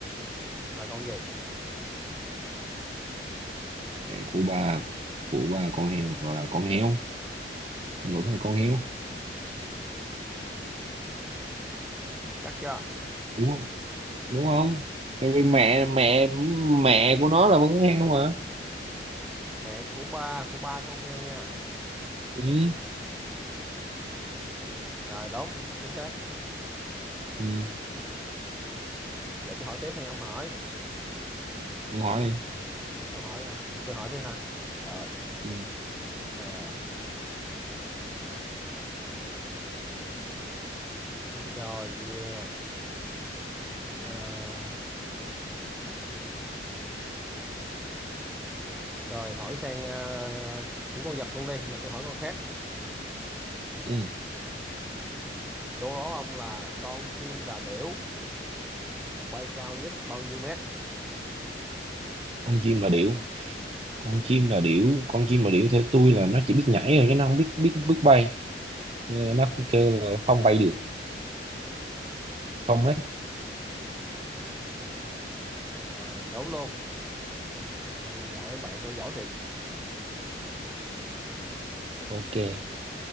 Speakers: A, in the centre; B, on the right.
A: là con gì
B: của ba của ba con heo gọi là con heo vẫn là con heo
A: chắc chưa
B: đúng không đúng không tại vì mẹ mẹ mẹ của nó là vẫn con heo mà
A: mẹ của ba của ba con heo nha
B: ừ
A: rồi đúng chính xác
B: ừ
A: giờ tôi hỏi tiếp hay ông hỏi
B: ông hỏi đi
A: ông hỏi ra tôi hỏi tiếp hả rồi
B: ừ.
A: à, rồi nha Ờ, rồi hỏi sang ờ, cũng con vật luôn đi mà tôi hỏi con khác ừ.
B: ừ
A: đố ông là con chim đà điểu bay cao nhất bao nhiêu mét
B: con chim là điểu con chim là điểu con chim là điểu theo tôi là nó chỉ biết nhảy thôi chứ nó không biết biết biết bay Nên nó kêu là không bay được không đấy
A: rồi đúng luôn hay giỏi ông bạn tôi giỏi thiệt
B: ok